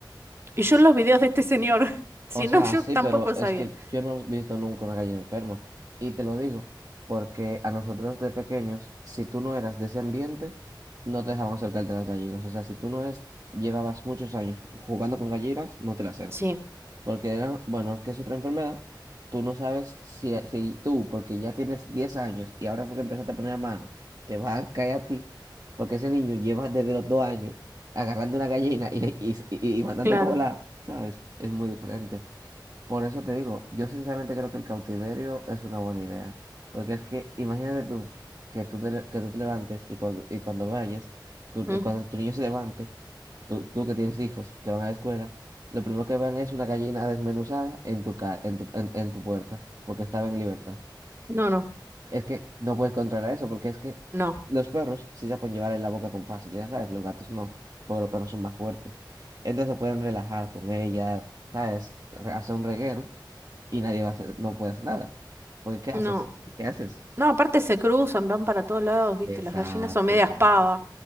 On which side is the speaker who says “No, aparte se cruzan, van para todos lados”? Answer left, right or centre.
Right